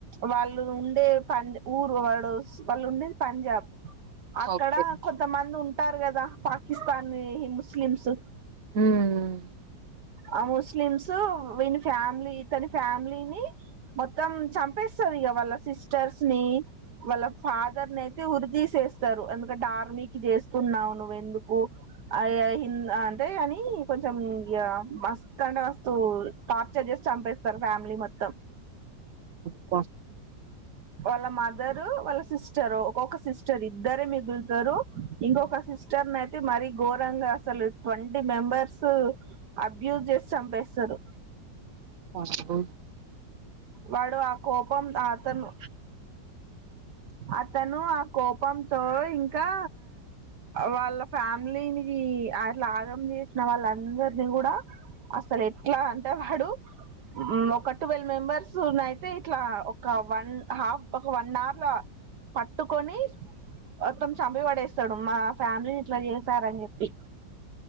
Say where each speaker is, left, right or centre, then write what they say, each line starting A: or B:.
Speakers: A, on the right (about 65°); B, on the right (about 50°).
A: వాళ్ళు ఉండే పంద్ ఊరు వాడు వాళ్ళు ఉండేద్ పంజాబ్ అక్కడ
B: ఓకే.
A: కొంతమందుంటారు గదా పాకిస్తానీ ముస్లిమ్స్
B: ఉ ఉ
A: ఆ ముస్లిమ్స్ వీని ఫ్యామిలీ ఇతని ఫ్యామిలీని మొత్తం చంపేస్ సరి ఇగ వాళ్ళ సిస్టర్స్ ని వాళ్ళ ఫాదర్ నే ఉరి తీసేస్తారు ఎందుకంటే ఆర్మీకి జేస్తున్నావు నువ్వు ఎందుకు ఆయయ్ హింద్ ఆ రె అని కొంచం ఇ మస్తు అంటే మస్తు టార్చర్ చేసి చంపెస్తరు ఫ్యామిలీ మొత్తం
B: ఓ
A: వాళ్ళ మదర్ రు వాళ్ళ సిస్టర్ ఒక్కొక్క సిస్టర్ ఇద్దరే మిగులుతారు ఇంకొక సిస్టర్ నయితే మరి ఘోరంగా అసలు ట్వంటీ మెంబర్స్ అబ్యూజ్ జేసి చంపెస్తరు
B: అబ్బో
A: వాడు ఆ కోపం ఆ అతను అతను ఆ కోపంతో ఇంకా వాళ్ళ ఫ్యామిలీని అట్ల ఆగం జేసిన వాళ్ళందరినీ గూడ అసలు ఎట్ల అంటే వాడు ఒక ట్వెవెల్ మెంబర్సు నయితే అట్ల ఒక వన్ హాఫ్ ఒక వన్ అర్ ల పట్టుకొని మొత్తం చంపి పడేస్తడు మా ఫ్యామిలీని ఇట్ల జేసారని చెప్పి